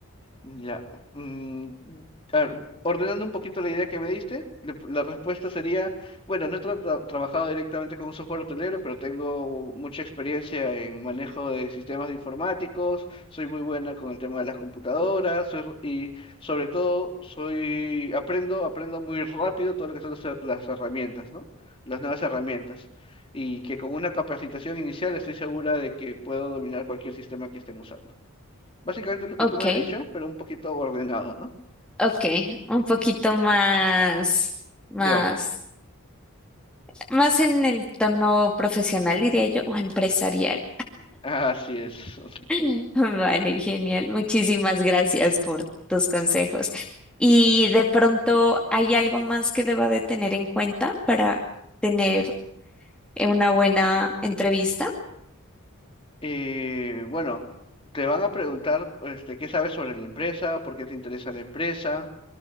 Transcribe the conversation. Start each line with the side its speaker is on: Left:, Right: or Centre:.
Left: Ya. mm, a ver, ordenando un poquito la idea que me diste, le- la respuesta sería, bueno, no he tra- tra- trabajado directamente con un software hotelero, pero tengo mucha experiencia en manejo de sistemas de informáticos, soy muy buena con el tema de las computadoras, soy, r- y sobre todo soy, aprendo, aprendo muy rápido todo lo que son las, her- las herramientas, ¿no? Las nuevas herramientas. Y que con una capacitación inicial estoy segura de que puedo dominar cualquier sistema que estén usando. Básicamente lo que
Centre: Ok,
Left: tú me has dicho, pero un poquito ordenado, ¿no?
Centre: ok, un
Left: Ujú,
Centre: poquito más, más,
Left: De orden.
Centre: más en el tono profesional, diría yo, o empresarial.
Left: Así es.
Centre: <laughs>
Left: <laughs>
Centre: Vale, genial. Muchísimas gracias por tus consejos. ¿Y de pronto hay algo más que deba de tener en cuenta para tener eh, una buena entrevista.
Left: Eh, bueno, te van a preguntar, este, qué sabes sobre la empresa, por qué te interesa la empresa,